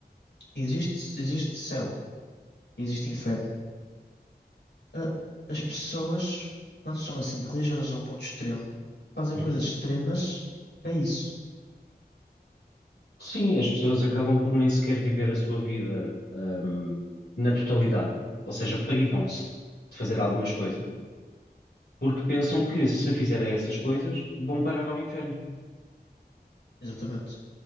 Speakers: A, on the left; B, on the left.
A: existe, existe céu e existe inferno, a- as pessoas, quando são assim religiosas a um ponto extremo, fazem
B: uhum.
A: coisas extremas para isso.
B: Sim, as pessoas acabam por nem sequer viver a sua vida, ahm, na totalidade, ou seja, privam-se de fazer algumas coisas, porque pensam que se fizerem essas coisas vão parar ao inferno.
A: Exatamente,